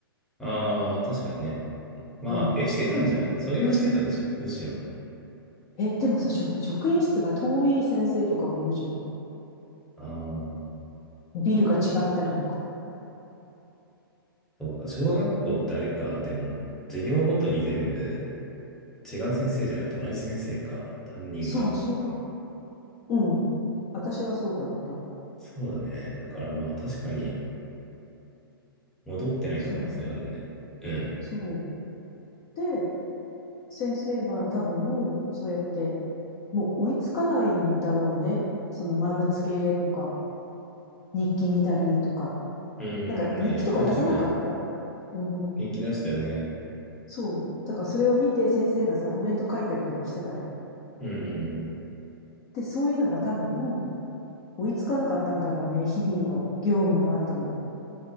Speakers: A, in the centre; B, on the left.
A: ああ、確かにね。まあ、
B: うん。
A: え、してたんじゃないそれはしてたでしょ。むしろ。
B: え、でもさ、職職員室が遠い先生とかもいるじゃない
A: ああ、
B: ビルが違ったりとか。
A: そうか。小学校ってあれか。でも、授業ごとに全部違う先生じゃなくて同じ先生か。担任が。
B: そう、小学、うん。私はそうだった。
A: そうだね。だからまあ確かに戻ってない可能性あるね。
B: そう、
A: うん。
B: そう。で、先生は多分、そうやって、もう追いつかないんだろうね。その丸付けとか、日記見たりとか。
A: うんうん。
B: なんか日記とか出さなかった
A: まあやることね。
B: うん。
A: 元気出したよね。
B: そう。だからそれを見て先生がさ、コメント書いたりとかしてたじゃん。
A: うんうん。
B: で、そういうのが多分、追いつかなかったんだろうね。日々の業務の後に。